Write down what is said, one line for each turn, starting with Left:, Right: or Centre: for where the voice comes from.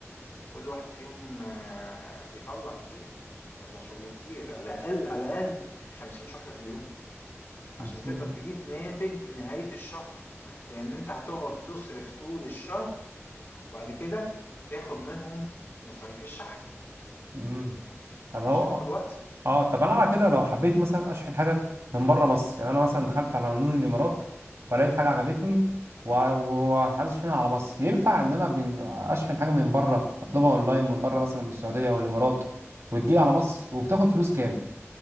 Left: وكل واحد فيهم آه، بيطلع كتير بيطلع شغل كتير على الأقل على الأقل خمسين شحنة في اليوم
Right: 50
Left: عشان تقدر تجيب ناتج نهاية الشهر لأن أنت هتقعد تصرف طول الشهر وبعد كده تاخد منهم مصاريف الشحن
Right: امم طب هو
Left: مش هتاخد وقت
Right: اه طب انا على كده لو حبيت مثلا اشحن حاجه من بره مصر يعني انا مثلا دخلت على منون الامارات فلقيت حاجه عجبتني و- و- وعايز اشحنها على مصر ينفع ان انا من... اشحن حاجه من بره اطلبها اونلاين من بره مثلا من السعوديه والامارات وتجي على مصر وبتاخد فلوس كام